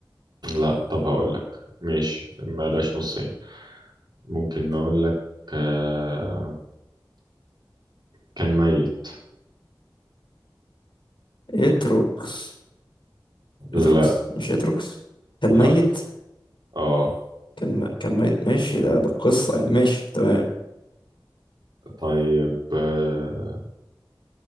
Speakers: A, on the right; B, on the left.
A: لا طب هقول لك ماشي بلاش نصين ممكن نقول لك آه، كان ميت
B: اتروكس
A: لا
B: اتروكس مش اتروكس كان
A: لا
B: ميت
A: اه
B: كان م- كان ميت ماشي ده ده القصه يعني ماشي تمام
A: طيب آه،